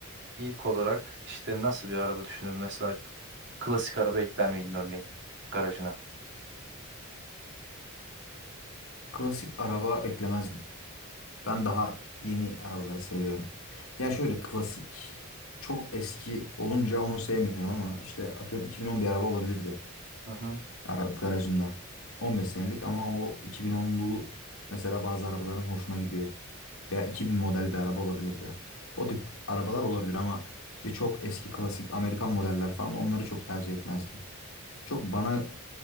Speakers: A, on the right (about 55°); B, on the left (about 65°).
A: İlk olarak işte nasıl bir araba düşünür? Mesela klasik araba ekler miydin örneğin garajına?
B: Klasik araba eklemezdim. Ben daha yeni arabaları seviyorum. Ya şöyle klasik çok eski olunca onu sevmiyorum ama işte atıyorum 2011 araba olabilirdi
A: Hı hı.
B: ara garajımda. 15 senelik ama o 2010'lu mesela bazı arabaların hoşuma gidiyor. veya 2000 model bir araba olabilirdi. O tip arabalar olabilir ama işte çok eski klasik Amerikan modeller falan onları çok tercih etmezdim. Çok bana